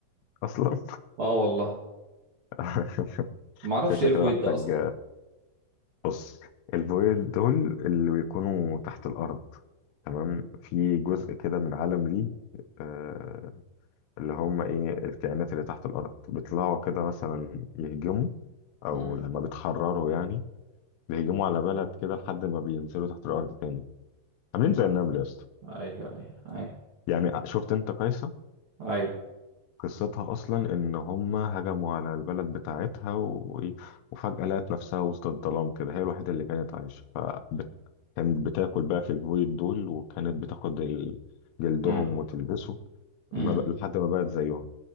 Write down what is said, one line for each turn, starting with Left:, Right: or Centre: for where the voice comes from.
Left: أصلا
Right: اه والله
Left: <laughs>
Right: ما اعرفش
Left: شكلي
Right: ايه الفويد
Left: كده محتاج
Right: ده اصلا
Left: بص الفويد دول اللي بيكونوا تحت الأرض تمام في جزء كده من عالم ليه آه اللي هم إيه الكائنات اللي تحت الأرض بيطلعوا كده مثلا يهجموا أو
Right: امم
Left: لما بيتحرروا يعني بيهجموا على بلد كده لحد ما بينزلوا تحت الأرض تاني عاملين زي
Right: ايوه
Left: النمل يا اسطى
Right: ايوه ايوه
Left: يعني شفت أنت قيصر
Right: ايوه
Left: قصتها أصلا إن هما هجموا على البلد بتاعتها و... وفجأة لقت نفسها وسط الظلام كده هي الوحيدة اللي كانت عايشة فبت... كانت بتاكل بقى في البويض دول وكانت بتاخد ال- جلدهم
Right: امم
Left: وتلبسه
Right: امم
Left: ما بق- لحد ما بقت زيهم